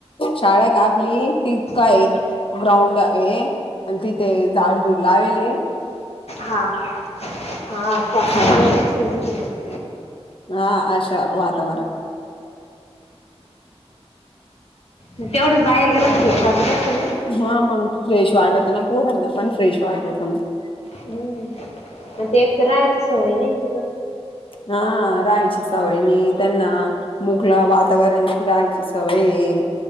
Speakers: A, on the left; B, on the left.
A: शाळा का आपली ती काय
B: हा का
A: ग्राउंड आहे आणि तिथे झाडझुड लावेल
B: हा का हा्छ चांग
A: हा हा हा अशा वातावरण
B: तेवढंच बाहेर गेलच नाही शवा
A: हा मग फ्रेश वाटत ना पूरण ना पण फ्रेश वाटत हो ना
B: हम्म आणि ते एक तर राहायची सवय नाही तिथं
A: हा राहायचीच हवय न त्यांना मुकलं वातावरण राहायचीच हवय